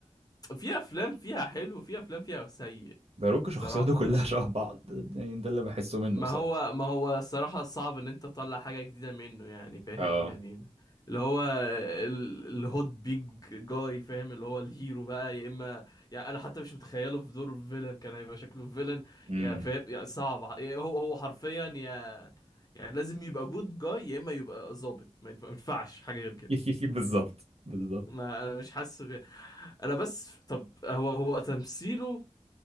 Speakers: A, on the left; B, on the right.
A: في افلام فيها حلو وفي افلام فيها سيء
B: ذا روك شخصياته
A: بصراحة
B: كلها
A: يعني.
B: شبه بعض يعني ده اللي بحسه منه
A: ما
B: بصراحة
A: هو ما هو الصراحة صعب ان انت تطلع حاجة جديدة منه يعني فاهم
B: اه
A: يعني اللي هو ال- الهوت بيج جاي فاهم اللي هو الهيرو بقى يا اما يعني انا حتى مش متخيله في دور الفيلن كان هيبقى شكله فيلن
B: امم
A: يعني فاهم يعني صعب هو هو حرفيا يا يعني لازم يبقى جود جاي يا اما يبقى ظابط ما ينفع- ما ينفعش حاجة غير كده
B: <laughs> بالظبط بالظبط
A: ما انا مش حاسس بيه. انا بس طب هو هو تمثيله